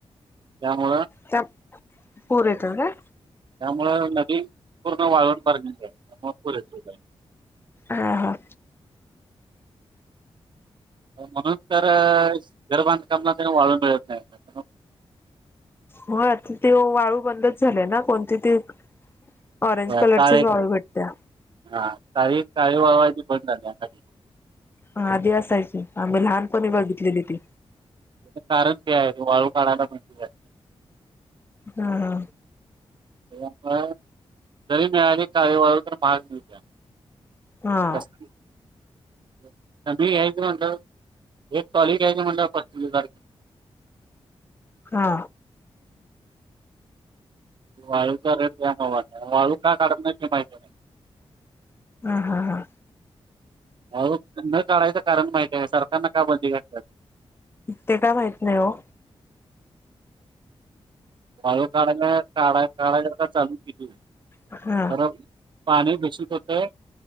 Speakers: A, on the right (about 50°); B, on the left (about 20°).
A: त्यामुळं.
B: त्या, पूर येतात काय?
A: त्यामुळ नदी पूर्ण वाळुण बार <unintelligible>
B: हां हां.
A: म्हणून तर घर बांधकामना तेन वाळू मिळत नाही. त्यामुळं
B: मग आता ते वाळू बंदच झालय ना कोणती ते ऑरेंज कलर
A: अ, काळे
B: चीच वाळू भेटत्या.
A: हा काळी काळी बाळू हाय ते बंद झाल्य.
B: हा आधी असायची आम्ही लहानपणी बघितलेली ती.
A: कारण ते आहे वाळू काढायला बंदी हाय.
B: हा हा.
A: त्यामुळ जरी मिळाली काळी वाळू तर महाग मिळत्या. <unintelligible>
B: हा
A: तर मी घ्यायच म्हणलं, एक टॉली घ्यायच म्हणलं आपण <unintelligible>
B: हा.
A: वाळूचा रेट जाम <unintelligible> वाळू का काढत नाही ते माहिती <unintelligible>
B: हा हा हा.
A: वाळू, न काढायचं कारण माहित आहे सरकारन का बंदी घातल्यात.
B: ते काय माहित नाही हो.
A: वाळू काढाने काढा काढा जर का चालु <unintelligible>
B: हा
A: तर पाणी बेशुद्ध होतय